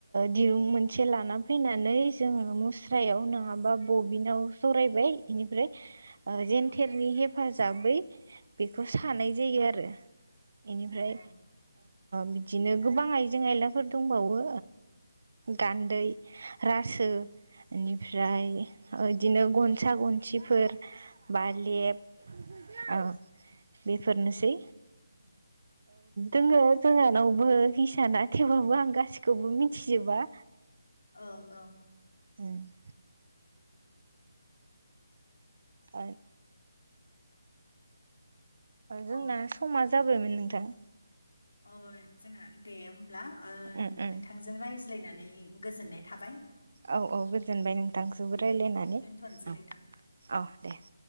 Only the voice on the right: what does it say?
दिरुं मोनसे लाना फैनानै जोङो मुस्रायाव नङाबा बबिनाव जरायबाय। इनिफ्राय जेेनथेरनि
हेफाजाबै बेखौ सानाय जायो आरो। बेनिफ्राय
बिदिनो गोबां आइजें जों आयलाफोर दंबावो गान्दै, रासो इनिफ्राय बिदिनो गनसा, गनसिफोर, बालेब औ बेफोरनोसै दोङो। जोंहानावबो हिसाना थेवबाबो आं गासिखौबो मिथिजोबा।
उम। आरो।
जोंना समा जाबायमोन नोंथां।
उम उम
औ - औ गोजोनबाय नोंथांजोंबो
रायज्लायनानै
औ
दे। <inaudible>